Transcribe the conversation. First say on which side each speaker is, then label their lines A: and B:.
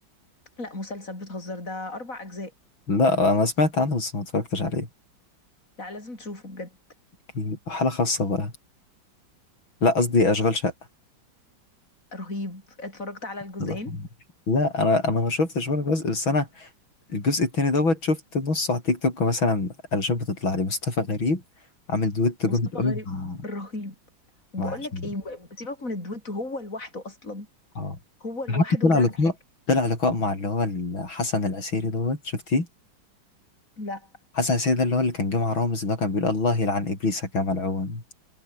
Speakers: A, on the left; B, on the left.
A: لا مسلسل بتهزر ده أربع أجزاء
B: لا أنا سمعت عنه بس ما اتفرجتش عليه
A: لا لازم تشوفه بجد
B: أكيد. حالة خاصة بقى لا قصدي أشغال شقة
A: رهيب اتفرجت على الجزئين
B: الله يرحمه. لا أنا أنا ما شفتش ولا جزء بس أنا الجزء التاني دوت شفت نصه على تيك توك مثلا علشان بتطلع لي مصطفى غريب عامل دويت جامد
A: مصطفى
B: أوي
A: غريب
B: مع
A: رهيب وبقول
B: مع جميل.
A: لك ايه سيبك من الدويتو هو لوحده اصلا
B: اه
A: هو لوحده
B: حتى طلع
A: لا
B: لقاء
A: حاجه
B: طلع لقاء مع اللي هو ال- حسن العسيري دوت شفتيه
A: لا
B: حسن العسيري ده اللي هو اللي كان جه مع رامز اللي هو كان بيقول الله يلعن إبليس كما لعون